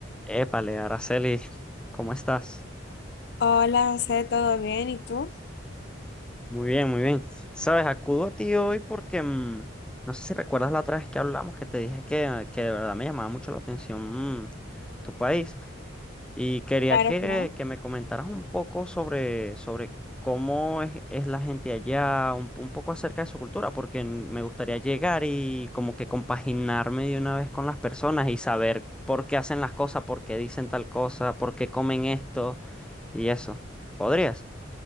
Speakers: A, in the centre; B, on the left.
A: Épale, Araceli, ¿cómo estás?
B: Hola, José, ¿todo bien? ¿Y tú?
A: Muy bien, muy bien. Sabes, acudo a ti hoy porque mm, no sé si recuerdas la otra vez que hablamos que te dije que, que de verdad me llamaba mucho la atención mm, tu país. Y quería
B: Claro,
A: que,
B: claro.
A: que me comentaras un poco sobre, sobre cómo es, es la gente allá, un, un poco acerca de su cultura, porque n- me gustaría llegar y como que compaginarme de una vez con las personas y saber por qué hacen las cosas, por qué dicen tal cosa, por qué comen esto y eso. ¿Podrías?